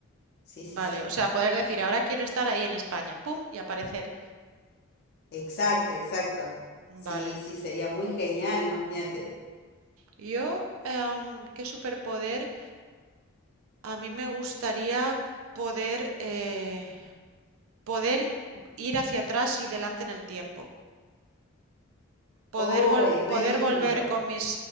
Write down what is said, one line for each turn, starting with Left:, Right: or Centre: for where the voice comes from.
Left: Sí, sí,
Right: Vale,
Left: sí.
Right: o sea, poder decir, ahora quiero estar ahí en España, pum, y aparecer.
Left: Exacto, exacto. Sí,
Right: Vale.
Left: sí, sería muy genial, imagínate.
Right: Yo, em, ¿qué superpoder? A mí me gustaría poder, eh, poder ir hacia atrás y delante en el tiempo. Poder,
Left: ¡Uy,
Right: vol-
Left: re
Right: poder
Left: lindo!
Right: volver con mis